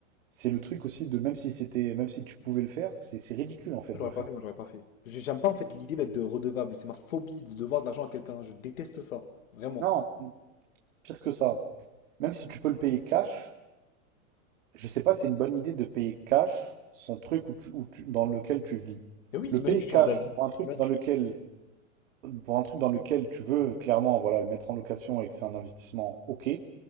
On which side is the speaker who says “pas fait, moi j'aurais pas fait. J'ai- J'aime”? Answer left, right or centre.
Left